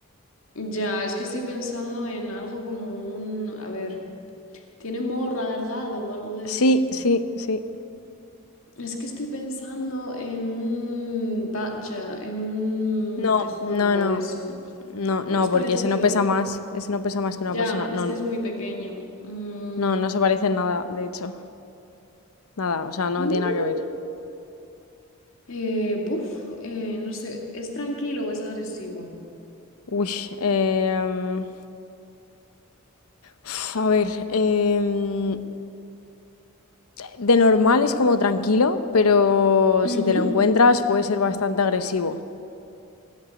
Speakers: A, on the left; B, on the left.
A: ya, es que estoy pensando en algo como un... A ver, ¿tiene morro alargado o algo de
B: Sí,
A: eso?
B: sí, sí.
A: Es que estoy pensando en un badger, en un
B: No,
A: tejón,
B: no,
A: algo
B: no.
A: de eso.
B: No,
A: Pero
B: no,
A: es parecido.
B: porque ese no pesa más. Ese no pesa más que una
A: Ya,
B: persona. No,
A: es que es muy pequeño. Mm,
B: no, no se parece en nada, de hecho. Nada, o sea, no
A: mm,
B: tiene nada que ver.
A: eh, buf, eh, no sé, ¿es tranquilo o es agresivo?
B: Uy, em, uf, a ver, em, de normal es como tranquilo, pero si
A: Ujú,
B: te lo encuentras puede ser bastante agresivo.